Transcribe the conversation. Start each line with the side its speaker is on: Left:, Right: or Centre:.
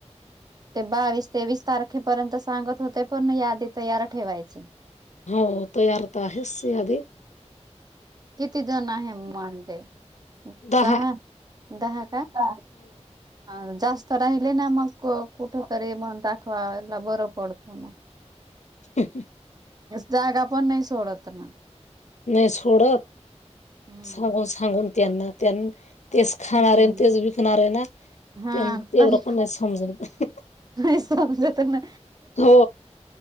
Right: ते बावीस तेवीस तारखेपर्यंत सांगत होते पण यादी तयार ठेवायची.
Left: हो तयार तर आहेस यादी.
Right: किती जण आहे म्हजे?
Left: दहा
Right: सहा दहा का? अ जास्त राहिले ना मग कुठे तरी म दाखवाला बर पडतो ना. <inaudible>
Left: हाह
Right: जागा पण नाही सोडा त्यांना.
Left: नाही सोडत
Right: हम्म.
Left: सांगून सांगून त्यांना त्यां तेच खाणार
Right: हा
Left: आहे तेच विकणार आहे ना
Right: हा
Left: तेवढं
Right: तरी
Left: पण नाही समजत.
Right: नाही समजत त्यांना.
Left: हो